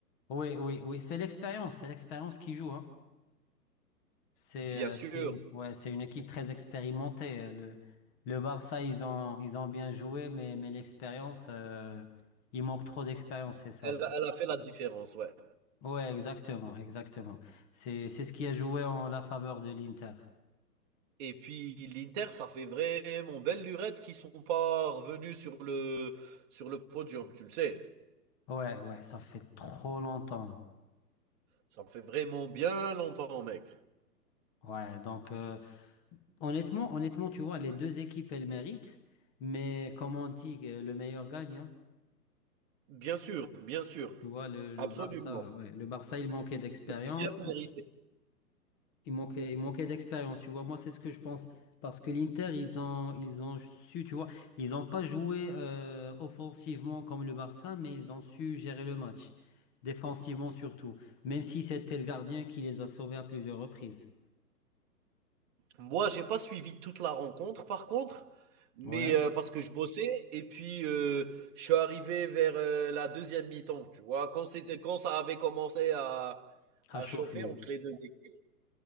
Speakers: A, on the left; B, on the right.
A: oui, oui, oui, c'est l'expérience, c'est l'expérience qui joue, hein. C'est
B: Bien
A: euh,
B: sûr,
A: c'est une, ouais, c'est une équipe très expérimentée. euh, Le, le Barça, ils ont, ils ont bien joué, mais, mais l'expérience, euh, il manque trop d'expérience, c'est ça.
B: elle, elle a fait la différence, ouais.
A: Ouais, exactement, exactement. C'est, c'est ce qui a joué en la faveur de l'Inter.
B: Et puis l'Inter, ça fait vraiment belle lurette qu'ils sont pas revenus sur le, sur le podium, tu le sais.
A: Ouais, ouais, ça fait trop longtemps.
B: Ça fait vraiment bien longtemps, mec.
A: Ouais, donc euh, honnêtement, honnêtement, tu vois, les deux équipes, elles méritent, mais comme on dit, euh, le meilleur gagne, hein.
B: Bien sûr, bien sûr,
A: Tu vois, le,
B: absolument.
A: le Barça, ouais, le Barça, il manquait d'expérience.
B: C'était bien mérité.
A: Il manquait, il manquait d'expérience, tu vois. Moi, c'est ce que je pense. Parce que l'Inter, ils ont, ils ont su, tu vois, ils n'ont pas joué euh, offensivement comme le Barça, mais ils ont su gérer le match. Défensivement surtout. Même si c'était le gardien qui les a sauvés à plusieurs reprises.
B: Moi, j'ai pas suivi toute la rencontre par contre, mais
A: Ouais,
B: heu, parce que je bossais et puis, heu, je suis arrivé vers, heu, la deuxième mi-temps, tu vois? Quand c'était quand ça avait commencé à
A: à
B: à
A: chauffer.
B: chauffer entre les 2 équipes.